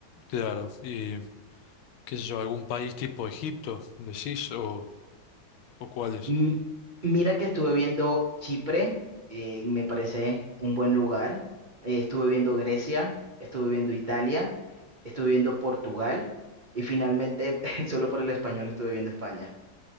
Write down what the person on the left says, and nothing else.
claro. Y qué sé yo, algún país tipo Egipto, decís, o, o cuáles.